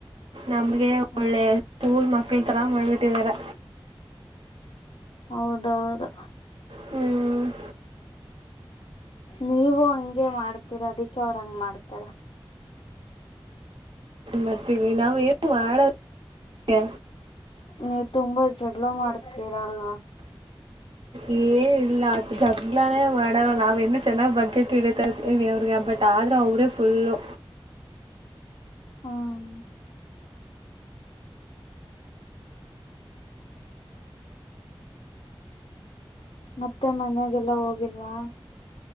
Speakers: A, on the right; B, on the left.
A: ನಮ್ಗೆ
B: ಹ್ಮ್
A: ಒಳ್ಳೆ ಸ್ಕೂಲ್ ಮಕ್ಕಳ ಿ ತರ ಮಾಡ್ಬಿಟ್ಟಿದ್ದಾರೆ
B: ಹೌದೌದು
A: ಹ್ಮ್
B: ನೀವು ಹಂಗೆ ಮಾಡ್ತೀರ ಅದಕ್ಕೆ ಅವರು ಹಂಗ ಮಾಡ್ತಾರ
A: ಮಾಡ್ತೀವಿ ನಾವು ಏನು ಮಾಡೋದು ಗೆ
B: ನೀವು ತುಂಬಾ ಜಗಳ ಮಾಡ್ತೀರಲ್ವಾ
A: ಏನಲ್ಲ ಜಗ್ಲಾನೇ ಮಾಡಲ್ಲ ನಾವ ಇನ್ನು ಚೆನ್ನಾಗ್ ಬಕೆಟ್ ಹಿಡಿತರ್ತೀವಿ ಅವ್ರಿಗೆ ಬಟ್ ಆದ್ರೂ ಅವ್ರೇ ಫುಲ್ಲು
B: ಹ್ಮ್ ಮತ್ತೆ ಮನೆಗೆಲ್ಲ ಹೋಗಿಲ್ವಾ